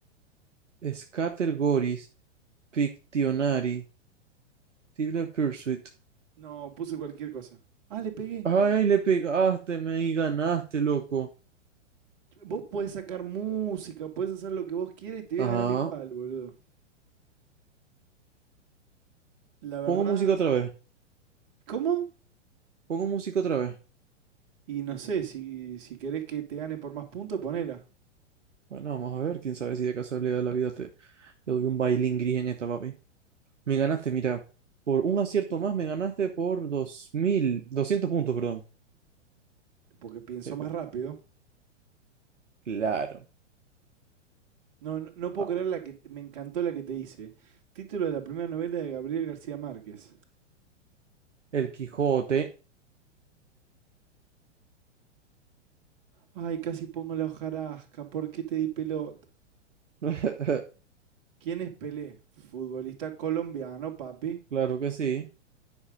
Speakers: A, on the right; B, on the right.
A: Scattergories, Pictionary. Tibler Pursuit.
B: No, puse cualquier cosa. Ah, le pegué.
A: Ay, le pegaste, me y ganaste, loco.
B: Vos podés sacar música, podés hacer lo que vos quieras y te voy
A: Ajá.
B: a ganar igual, boludo. La verdad,
A: Pongo música otra vez.
B: ¿cómo?
A: Pongo música otra vez.
B: Y no sé, si, si querés que te gane por más puntos, ponela.
A: Bueno, vamos a ver, quién sabe si de casualidad de la vida te, te doy un bailín gris en esta, papi. Me ganaste, mira, por un acierto más me ganaste por dos mil doscientos puntos, perdón.
B: Porque pienso
A: Qué pe-
B: más rápido.
A: Claro.
B: No, no, no puedo
A: Ah,
B: creer la que me encantó la que te hice. Título de la primera novela de Gabriel García Márquez.
A: el Quijote,
B: Ay, casi pongo la hojarasca. ¿Por qué te di pelota?
A: <laughs>
B: ¿Quién es Pelé? Futbolista colombiano, papi.
A: claro que sí.